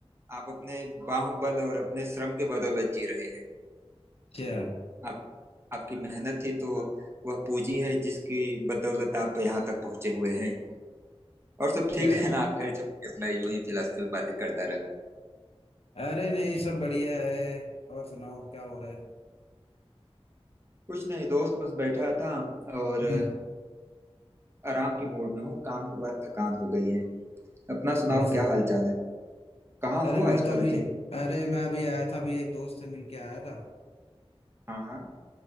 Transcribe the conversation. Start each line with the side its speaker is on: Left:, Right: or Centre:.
Right: आप अपने बाहुबल और अपने श्रम के बदौलत जी रहे हैं
Left: अच्छा
Right: आप आपकी मेहनत ही तो वह पूंजी है जिसकी बदौलत आप यहाँ तक पहुंचे हुए हैं और सब ठीक
Left: अच्छा।
Right: है ना खैर छोड़िए, मैं यूं ही फिलहाल बातें करता रहता हूँ
Left: अरे नहीं सब बढ़िया है और सुनाओ क्या हो रहा है
Right: कुछ नहीं दोस्त बस बैठा था और
Left: हम्म,
Right: आराम की मूड में हूँ काम के बाद थकान हो गई है अपना सुनाओ
Left: कैसे
Right: क्या हाल चाल है कहाँ
Left: अरे
Right: हो
Left: मैं
Right: आजकल
Left: तो अभी
Right: देख
Left: अरे मैं अभी आया था अभी एक दोस्त से मिलके आया था
Right: हाँ हाँ